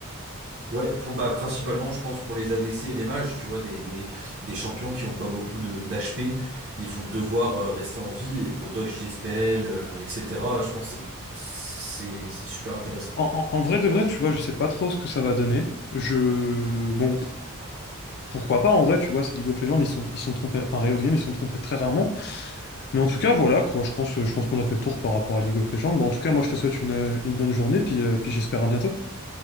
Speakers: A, on the right; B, on the left.
A: Ouais, pour bah principalement je pense pour les ADC et les mages, tu vois, des, des, des champions qui ont pas beaucoup de d'HP, ils vont devoir euh, rester en vie et pour dodge des spells, euh, etc. Je pense que c'est c'est c'est super intéressant.
B: En, en- en vrai de vrai, tu vois, je sais pas trop ce que ça va donner. Je, bon, pourquoi pas, en vrai, tu vois, c'est League of Legends, ils sont, ils sont trompés, enfin, Riot Games, ils sont trompés très rarement. Mais en tout cas, voilà, quoi, je pense, je pense qu'on a fait le tour par rapport à League of Legends. Bon, en tout cas, moi, je te souhaite une, une bonne journée, puis, euh, puis j'espère à bientôt.